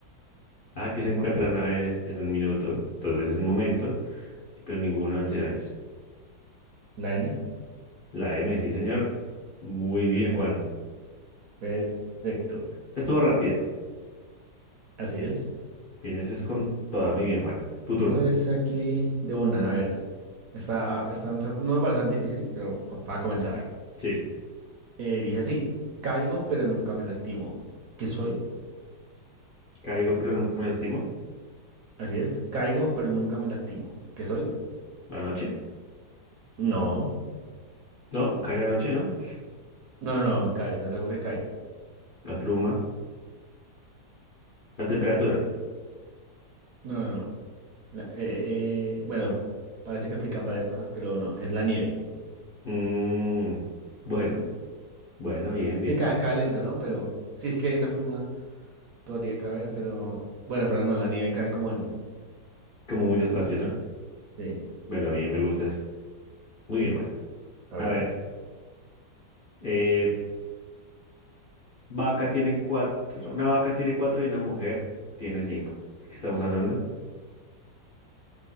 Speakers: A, on the left; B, on the right.
A: ah, que se encuentra
B: a ver,
A: una vez en un minuto, dos veces en un momento, pero ninguno en 100 años.
B: la M.
A: La M, sí, señor. Muy bien,
B: Perfecto.
A: Juan.
B: Perfecto.
A: Estuvo rápida.
B: Así es.
A: Vienes es con toda. Muy bien, Juan. Tu turno.
B: No no es aquí de una, a ver. Está, está, no me parece tan difícil, pero pues, para comenzar.
A: Sí.
B: Eh, dice así, caigo pero nunca me lastimo. ¿Qué soy?
A: Caigo, pero nunca me lastimo.
B: Así es, caigo pero nunca me lastimo. ¿Qué soy?
A: La noche.
B: No,
A: No, cae la noche, ¿no?
B: no, no, cae, o sea, es algo que cae.
A: La pluma. La temperatura.
B: Mm. No, no, no. La- eh, eh, bueno, parece que aplican varias cosas, pero no, es la nieve.
A: Mm, bueno, bueno, bien, bien.
B: Eh, cae, cae lento, ¿no? Pero sí, es que una pluma podría caber, pero bueno, pero no, la nieve cae como en,
A: Como
B: en
A: muy
B: masa.
A: despacio, ¿no?
B: Sí.
A: Bueno, bien, me gusta eso. Muy bien, bueno.
B: A ver.
A: A ver, eh, vaca tiene cuatro, una vaca tiene cuatro y una mujer tiene cinco. ¿De qué estamos hablando?